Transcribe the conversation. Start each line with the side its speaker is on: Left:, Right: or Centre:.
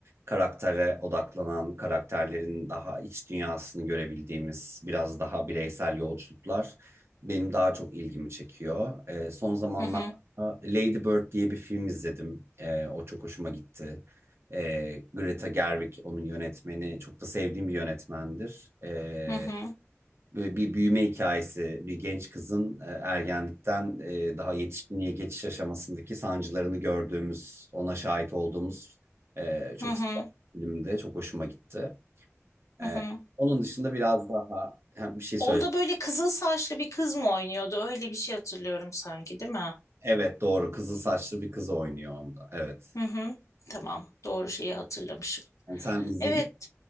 Right: karaktere odaklanan, karakterlerin daha iç dünyasını görebildiğimiz biraz daha bireysel yolculuklar benim daha çok ilgimi çekiyor. E, son zamanlarda
Left: hı hı,
Right: Lady Bird diye bir film izledim. E, o çok hoşuma gitti. E, Greta Gerwig onun yönetmeni. Çok da sevdiğim bir yönetmendir. E,
Left: hı hı,
Right: Böyle bir büyüme hikayesi, bir genç kızın e, ergenlikten e, daha yetişkinliğe geçiş aşamasındaki sancılarını gördüğümüz, ona şahit olduğumuz e, çok
Left: hı hı.
Right: kısa bir filmdi. Çok hoşuma gitti.
Left: Hı
Right: E,
Left: hı.
Right: onun dışında biraz daha ha, bir şey
Left: Onda
Right: söyle.
Left: böyle kızıl saçlı bir kız mı oynuyordu? Öyle bir şey hatırlıyorum sanki, değil mi?
Right: Evet doğru. Kızıl saçlı bir kız oynuyor onda. Evet.
Left: Hı hı. Tamam, doğru şeyi hatırlamışım.
Right: Yani sen izledin.
Left: Evet,